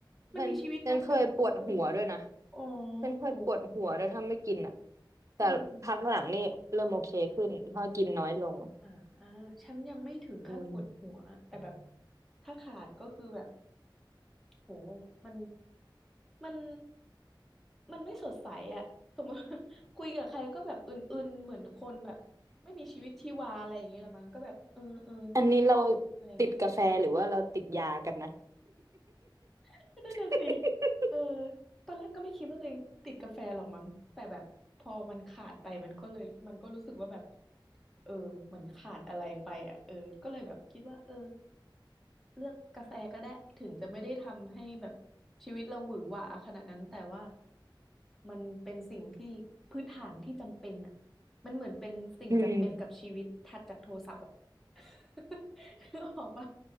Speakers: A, in the centre; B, on the right.
A: มันมีชีวิตนะแต่มันเออ
B: ฉันฉันเคยปวดหัวด้วยนะ
A: อ๋อ
B: ฉันเคยปวดหัวด้วยถ้าไม่กินอ่ะ
A: โอ้
B: แต่พักหลังนี่เริ่มโอเคขึ้นเพราะกินน้อยลง
A: อืมอ่าฉันยังไม่ถึงขั้นปวดหัวแต่แบบ
B: อืม
A: ถ้าขาดก็คือแบบโหมันมันมันไม่สดใสอะสมมติ <laughs> คุยกับใครก็แบบอื่นๆเหมือนคนแบบไม่มีชีวิตชีวาอะไรอย่างเงี้ยละมั้งก็แบบเออเออ
B: อันนี้เรา
A: อะไรเงี้ย
B: ติดกาแฟหรือว่าเราติดยากันนะ
A: <laughs> นั่นน่ะสิ
B: <laughs>
A: เออตอนแรกก็ไม่คิดว่าตัวเองติดกาแฟหรอกมั้งแต่แบบพอมันขาดไปมันก็เลยมันก็รู้สึกว่าแบบเออเหมือนขาดอะไรไปอ่ะเออก็เลยแบบคิดว่าเออ เลือกกาแฟก็ได้ถึงจะไม่ได้ทำให้แบบชีวิตเราหวือหวาขนาดนั้นแต่ว่ามันเป็นสิ่งที่พื้นฐานที่จำเป็นอ่ะมันเหมือนเป็นสิ่งจำเป็นกับชีวิตถัดจากโทรศัพท์อ่ะ
B: อืม
A: <laughs> คือออกว่า